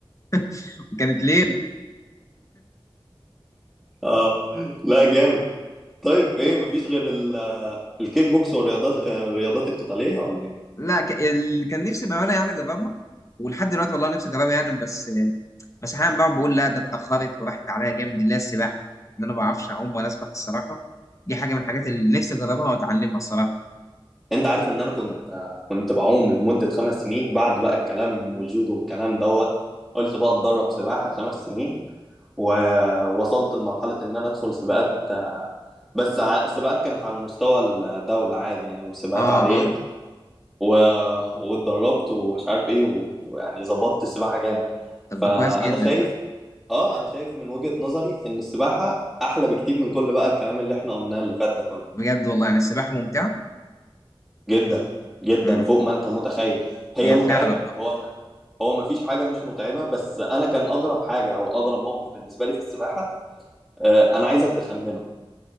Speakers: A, on the left (about 35°); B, in the centre.
A: <laughs> وكانت ليلة
B: اه لا جامد طيب ايه مفيش غير ال- الكيك بوكس والرياضات الرياضات القتالية ولا ايه؟
A: لا ك... اللي كان نفسي بعملها يعني جربها ولحد دلوقتي والله نفسي اجربها يعني بس بس احيانا بقعد بقول لا ده اتاخرت وراحت عليا جامد اللي هي السباحه ان انا ما بعرفش اعوم ولا اسبح الصراحه دي حاجه من الحاجات اللي نفسي اجربها واتعلمها الصراحه
B: انت عارف ان انا كنت كنت بعوم لمدة خمس سنين بعد بقى الكلام والجودو والكلام دوت قلت بقى اتدرب سباحة خمس سنين ووصلت لمرحلة ان انا ادخل سباقات بس ع- السباقات كانت على مستوى الدولة عادي يعني سباقات
A: اه
B: عادية
A: اه
B: و... واتدربت ومش عارف ايه و- ويعني ظبطت السباحة جامد
A: طب
B: فانا
A: ده كويس جدا
B: شايف
A: يعني
B: اه انا شايف من وجهة نظري ان السباحة احلى بكتير من كل بقى الكلام اللي احنا قلناه اللي فات ده كله
A: بجد والله يعني السباحه ممتعه
B: جدا جدا
A: امم
B: فوق ما انت متخيل هي
A: هي
B: متعبة
A: فعلا آه.
B: هو ما هو ما فيش حاجة مش متعبة بس انا كان اغرب حاجة او اغرب موقف بالنسبة لي في السباحة آه انا عايزك تخمنه